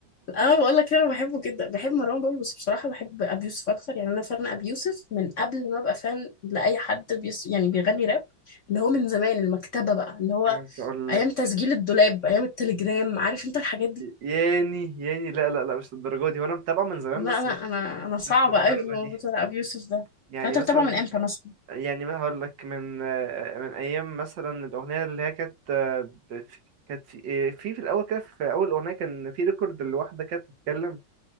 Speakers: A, on the left (about 50°); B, on the right (about 70°).
A: انا بقول لك انا بحبه جدا بحب مروان بابلو بس بصراحه بحب ابي يوسف اكتر يعني انا فان ابي يوسف من قبل ما ابقى فان لاي حد بيس يعني بيغني راب اللي هو من زمان المكتبه بقى اللي هو
B: عايز اقول
A: ايام
B: لك
A: تسجيل الدولاب ايام التليجرام عارف انت الحاجات دي
B: ياني ياني لا لا لا مش للدرجه دي وانا متابعه من زمان
A: لا
B: بس
A: انا
B: مش
A: انا انا صعبه
B: مش للدرجه
A: قوي في الموضوع
B: دي
A: بتاع ابي يوسف ده
B: يعني
A: فانت
B: مثلا
A: بتابعه من امتى مثلا
B: يعني ما هقول لك من آه، من ايام مثلا الاغنيه اللي هي كانت آه، ب- في- كانت في آه، في في الاول كده في اول اغنيه كان في ريكورد لواحده كانت بتتكلم